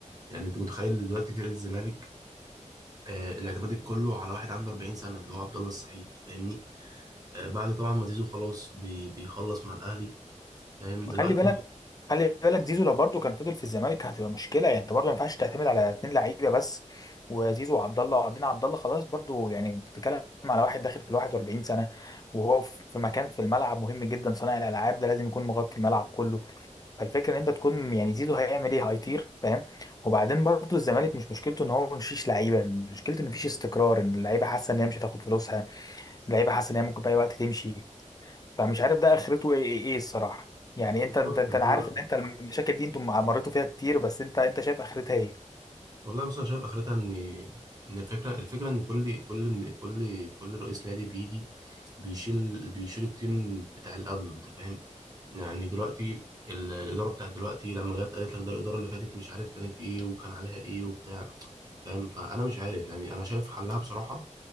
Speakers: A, on the right; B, on the left.
A: يعني انت متخيل دلوقتي فرقه الزمالك آه الاعتماد كله على واحد عنده 40 سنه اللي هو عبد الله السعيد فاهمني آه بعد طبعا ما زيزو خلاص بي بيخلص مع الاهلي فاهم دلوقتي
B: خلي بالك خلي بالك زيزو لو برضه كان فضل في الزمالك هتبقى مشكله يعني انت برضه ما ينفعش تعتمد على اتنين لعيبه بس وزيزو وعبد الله وعبدين عبد الله خلاص برضه يعني بتتكلم على واحد داخل في ال 41 سنه وهو في في مكان في الملعب مهم جدا صانع الالعاب ده لازم يكون مغطي الملعب كله فالفكره ان انت تكون يعني زيزو هيعمل ايه هيطير فاهم وبعدين برضه الزمالك مش مشكلته ان هو مفيش لعيبه مشكلته ان مفيش استقرار ان اللعيبه حاسه ان هي مش هتاخد فلوسها اللعيبه حاسه ان هي ممكن في اي وقت تمشي فمش عارف ده اخرته ايه ايه ايه الصراحه يعني
A: بالظبط
B: انت انت انت
A: يعني
B: أنا
A: انا
B: عارف ان انت المشاكل دي انتم مريتوا فيها كتير بس انت انت شايف اخرتها ايه
A: والله بص انا شايف اخرتها ان ان الفكره الفكره ان كل كل كل كل رئيس نادي بيجي بيشيل بيشيل التيم بتاع اللي قبله انت فاهم يعني دلوقتي ال- الاداره بتاعت دلوقتي لما جت قالت لك ده الاداره اللي فاتت مش عارف كانت ايه وكان عليها ايه وبتاع فاهم فانا مش عارف يعني انا شايف حلها بصراحه